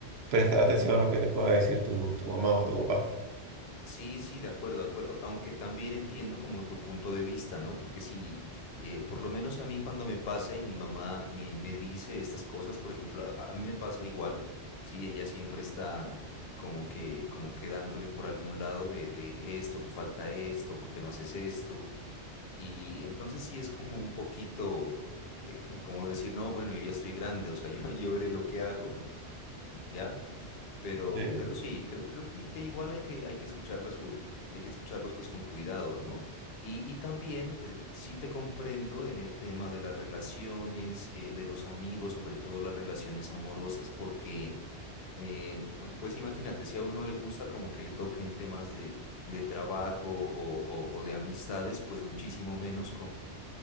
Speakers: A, on the right; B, on the left.
A: prestar atención a lo que te pueda decir tu, tu mamá o tu papá.
B: Sí, sí, de acuerdo, de acuerdo. Aunque también entiendo como tu punto de vista, ¿no? Porque si, eh, por lo menos a mí cuando me pasa y mi mamá eh, me dice estas cosas, por ejemplo, a, a mí me pasa igual, sí, ella siempre está como que, como que dándole por algún lado de, de esto, te falta esto, ¿por qué no haces esto? Y entonces sí es como un poquito, eh, c- como decir, no, bueno, yo ya estoy grande, o sea, <laughs> yo, yo veré lo que hago y ya. Pero,
A: Sí.
B: pero sí, creo, creo que, que igual hay que, hay que escucharlas, pues, hay que escucharlos pues con cuidado, ¿no? Y, y también eh, sí te comprendo en el tema de las relaciones, eh, de los amigos, sobre todo las relaciones amorosas, porque, eh, pues imagínate, si a uno no le gusta como que le toquen temas de, de trabajo o, o- o de amistades, pues muchísimo menos